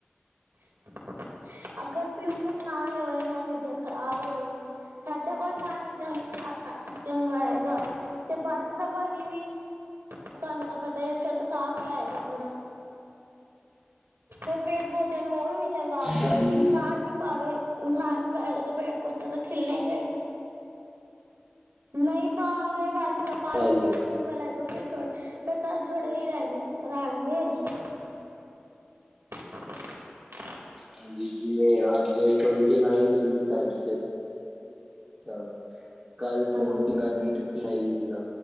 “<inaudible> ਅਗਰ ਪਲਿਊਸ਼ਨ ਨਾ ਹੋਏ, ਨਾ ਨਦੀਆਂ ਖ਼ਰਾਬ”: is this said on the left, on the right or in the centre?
Right